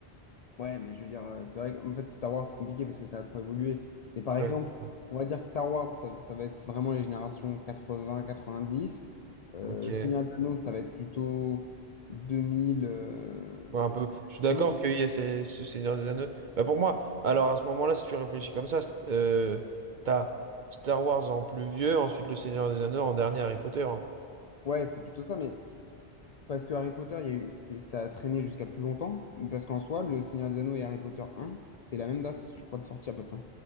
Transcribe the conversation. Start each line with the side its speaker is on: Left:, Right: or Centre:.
Left: Ouais, mais je veux dire, euh, c'est vrai qu'en fait, Star Wars, c'est compliqué parce que ça a trop évolué. Mais par
Right: Ouais,
Left: exemple,
Right: c'est ça.
Left: on va dire que Star Wars, ça, ça va être vraiment les générations 80-90. Euh,
Right: ok.
Left: le Seigneur des Anneaux, ça va être plutôt 2000, euh,
Right: Ouais,
Left: à
Right: un
Left: peu
Right: peu.
Left: près
Right: Je suis d'accord
Left: 2000.
Right: qu'il y a ces- ce Seigneur des Anneaux. Bah pour moi, alors à ce moment-là, si tu réfléchis comme ça, c't- euh, t'as Star Wars en plus vieux, ensuite le Seigneur des Anneaux, en dernier Harry Potter. hein.
Left: Ouais, c'est plutôt ça, mais parce que Harry Potter, il y a eu, c'est, ça a traîné jusqu'à plus longtemps. Parce qu'en soi, le Seigneur des Anneaux et Harry Potter 1, c'est la même date, je crois, de sortie à peu près.